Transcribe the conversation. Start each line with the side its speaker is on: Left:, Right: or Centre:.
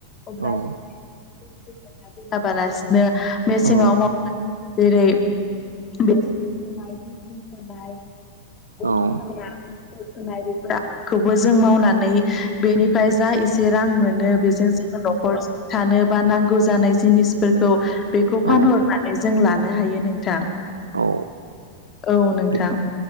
Left: अब्ला
Right: औ
Left: जों जों बोख्लायना दोनाबालासिनो बि मेसेङाव
Right: औ
Left: मावनाय जेरै बेसर थिसि फोनाय गम
Right: औ
Left: फोनाय बेफोर‌ आबाद खौबो जों मावनानै बेनिफ्राय जा एसे रां मोनो बेजों जोङो न'खर थानो बा नांगौ जानाय जिनिसफोरखौ बेखौ
Right: औ
Left: फानहरनानै जों लानो हायो नोंथां
Right: औ
Left: औ नोंथां
Right: दे